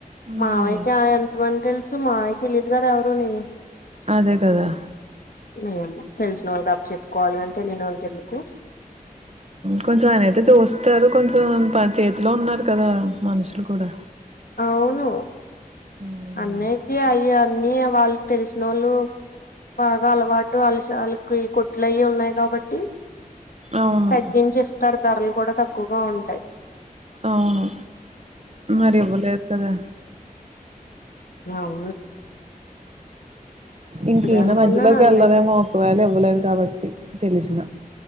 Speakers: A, on the right; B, on the left.
A: హ్మ్
B: మావయికి ఎంత మంది తెలుసు మావయికి తెలీయదు కదా ఎవరు అని
A: అదే కదా
B: మీ తెలిసినోళ్ళకి అప్పు చెప్పుకోవాలి కాని తెలియనోళ్ళకి ఎందుకు
A: కొంచం ఆయన అయితే చూస్తారు కొంచెం చేతిలో ఉన్నారు కదా మనుషులు కూడా
B: అవును
A: హ్మ్
B: అన్నయ్యకి అవి అన్నీ వాళ్ళు తెలిసినోళ్ళు బాగా అలవాటు అలుకి కొట్లు అయి ఉన్నాయి కాబట్టి
A: అవును
B: తగ్గించి ఇస్తారు ధరలు కూడా తక్కువగా ఉంటాయ్
A: అవును మరి ఇవ్వలే కదా
B: అవు
A: ఇంక ఈయన
B: అనుకున్నాను
A: మధ్యలోకి
B: అన్నయ్యకి
A: వెళ్లరేమో ఒకవేళ ఇవ్వలేదు కాబట్టి తెలిసిన